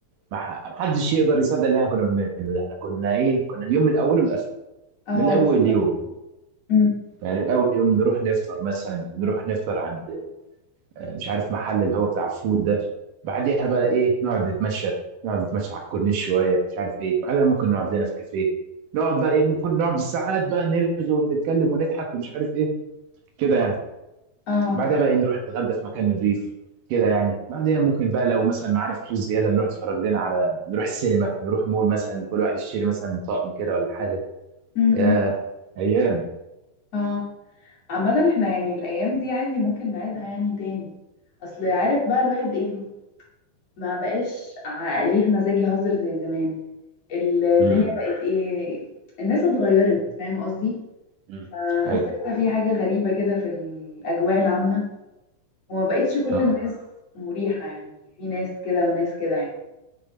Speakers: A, on the right (about 70°); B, on the left (about 45°).
A: ما ما حدش يقدر يصدق اللي احنا كنا بنعمله احنا كنا ايه كنا اليوم من اوله لاخره
B: اه
A: من اول
B: بالظبط
A: يوم
B: أمم،
A: يعني من اول يوم نروح نفطر مثلا نروح نفطر عند آه، مش عارف محل اللي هو بتاع الفول ده بعديها بقى ايه نقعد نتمشى نقعد نتمشى على الكورنيش شويه مش عارف ايه بعدها ممكن نقعد لنا في كافيه نقعد بقى ايه ممكن نقعد بالساعات بقى نرغي ونتكلم ونضحك ومش عارف ايه كده يعني
B: اه
A: بعدها بقى إيه، نروح نتغدى في مكان نضيف كده يعني بعدها ممكن بقى لو مثلا معانا فلوس زياده نروح نتفرج لنا على نروح السينما نروح مول مثلا كل واحد يشتري مثلا طقم كده ولا حاجه
B: أمم، أمم.
A: يا ايام
B: اه عامة احنا يعني الأيام دي عادي ممكن نعيدها يعني تاني أصل عارف بقى الواحد ايه ما بقاش ع- ليه مزاج يهزر زي زمان الدنيا
A: امم
B: بقت ايه الناس اتغيرت فاهم قصدي
A: امم
B: فحاسة
A: ايوه
B: كده في حاجة غريبة كده في الأجواء العامة وما بقتش كل
A: اه
B: الناس مريحة يعني في ناس كده وناس كده يعني